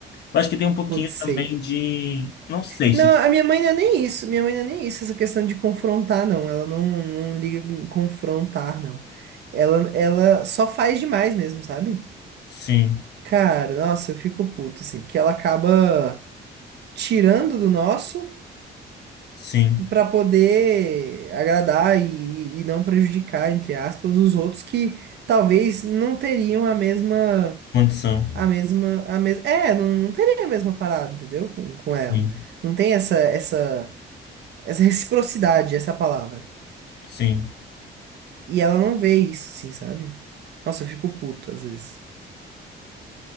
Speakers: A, on the left; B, on the right.
A: Eu acho que tem um pouquinho
B: putz, sei.
A: também de. Não sei
B: Não,
A: se.
B: a minha mãe não é nem isso. Minha mãe não é nem isso, essa questão de confrontar, não. Ela não, não liga em confrontar, não. Ela, ela só faz demais mesmo, sabe?
A: Sim,
B: Cara, nossa, eu fico puto, assim, porque ela acaba tirando do nosso
A: sim.
B: pra poder agradar e, e não prejudicar, entre aspas, os outros que talvez não teriam a mesma,
A: Condição.
B: a mesma, a mesma, é, não, não teria a mesma parada, entendeu? Com, com
A: Sim,
B: ela. Não tem essa, essa, essa reciprocidade, essa palavra.
A: sim.
B: E ela não vê isso, assim, sabe? Nossa, eu fico puto às vezes.